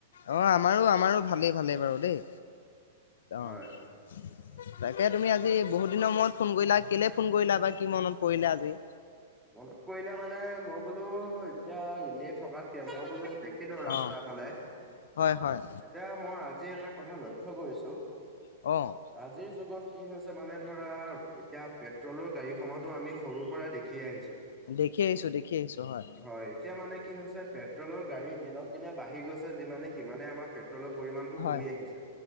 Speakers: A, on the left (about 65°); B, in the centre.
A: অ' আমাৰো আমাৰো ভালেই ভালেই বাৰু দেই অ'।
B: হয়
A: তাকে, তুমি আজি বহুত দিনৰ মূৰত ফোন কৰিলা কেলে ফোন কৰিলা বা কি মনত পৰিলা আজি।
B: মনত পৰিলে মানে মই বোলোঁ এতিয়া এনেই থকাতকে মই বোলোঁ দেখিলোঁ ৰাস্তাৰ
A: অঁ
B: ফালে এতিয়া
A: হয় হয়
B: মই আজি এটা কথা লক্ষ্য কৰিছোঁ।
A: অ'
B: আজিৰ যুগত কি হৈছে মানে ধৰা এতিয়া পেট্ৰলৰ গাড়ীসমূহতো আমি সৰুৰ পৰা দে দেখি আহিছোঁ।
A: দেখি আহিছোঁ, দেখি আহিছোঁ হয়।
B: হয়, এতিয়া মানে কি হৈছে পেট্ৰলৰ গাড়ী দিনক দিনে বাঢ়ি গৈছে যিমানে সিমানে আমাৰ পে অলপ পৰিমাণটো
A: হয়।
B: কমি আহিছে।